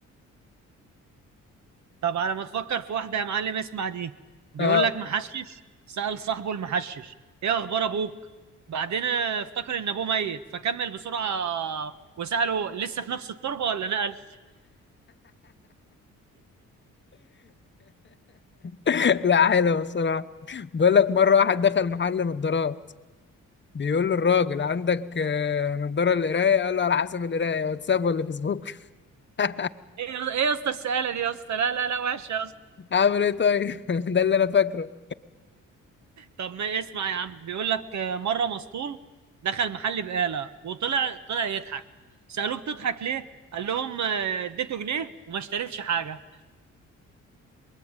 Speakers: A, on the right; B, on the left.
A: طب على ما تفكر في واحدة يا معلم اسمع دي بيقول
B: اه
A: لك محشش سأل صاحبه المحشش ايه اخبار ابوك بعدين آه، افتكر ان ابوه ميت فكمل بسرعة وسأله لسه في نفس التربة ولا نقل
B: <laughs> لا حلو بصراحه بيقول لك مره واحد دخل محل نظارات بيقول له الراجل عندك آه، نظاره للقرايه قال له على حسب القرايه واتساب ولا فيسبوك <laughs>
A: ايه يا- ايه يا اسطى السؤالة دي يا اسطى لا لا لا وحشة يا اسطى
B: اعمل ايه طيب <laughs> ده اللي انا فاكره
A: طب ما اسمع يا عم بيقول لك آه، مرة مسطول دخل محل بقالة وطلع طلع يضحك سألوه بتضحك ليه قال لهم آه، اديته جنيه وما اشتريتش حاجة